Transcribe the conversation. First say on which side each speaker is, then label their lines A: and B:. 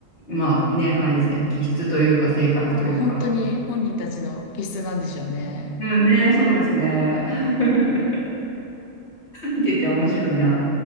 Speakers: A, on the left (about 45°); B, on the left (about 75°).
A: まあね、あれですね、気質というか性格というか。
B: 多分本当に本人たちの気質なんでしょうね。
A: うんね、そうですね。<laughs> 見てて面白いな。